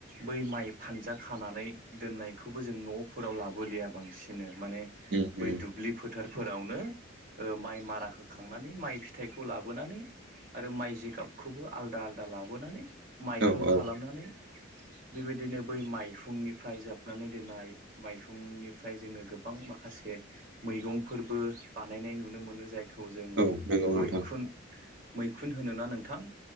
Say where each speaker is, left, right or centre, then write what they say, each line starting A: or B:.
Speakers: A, on the right (about 40°); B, on the right (about 60°).
A: बै माइ फानजा खानानै दोन न्नाय खौबो न'फोराव लाबोलिया बांसिन्नो माने
B: उम उम
A: दुब्लिफो थारफोरावनो ओ--माइ मारा होखांनानै माइ फिथाइखौ लाबोनानै- आरो माइ जिगाबखौबो आलदा आलदा लाबोनानै माइहुं
B: औ औ
A: खालामनानै
B: <inaudible>
A: बेबायदिनो बै माइफुंनिफ्राय जाबनानै दोननाय माइफुंनिफ्राय जोङो गो गोबां माखासे मैगंफोरबो बानायनाय नुनो मोनो जाय खौ जों-
B: औ नंगौ नोंथां
A: मैखुन मैखुन होनोना नोंथां?